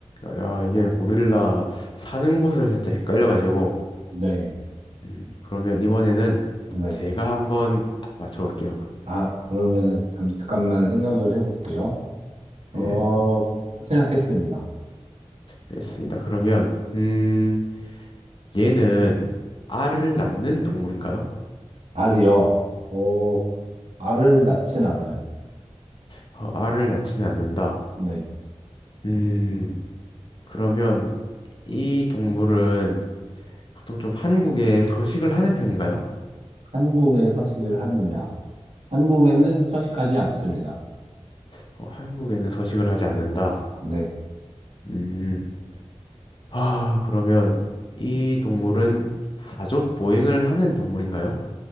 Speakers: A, on the left; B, on the right.
A: 야,
B: 어,
A: 이게 고릴라 사는 곳을 살짝 헷갈려가지고,
B: 네,
A: 음, 그러면 이번에는
B: 네.
A: 제가 한번 맞춰볼게요.
B: 아, 그러면은 잠깐만 생각을 해볼게요. 어,
A: 네,
B: 생각했습니다.
A: 알겠습니다. 그러면, 음, 얘는 알을 낳는 동물인가요?
B: 알이요. 어, 알을 낳진 않아요.
A: 어, 알을 낳지는 않는다.
B: 네.
A: 음, 그러면 이 동물은 보통 좀 한국에 서식을 하는 편인가요?
B: 한국에 서식을 하느냐? 한국에는 서식하지 않습니다.
A: 어, 한국에는 서식을 하지 않는다.
B: 네.
A: 음, 아, 그러면 이 동물은 사족 보행을 하는 동물인가요?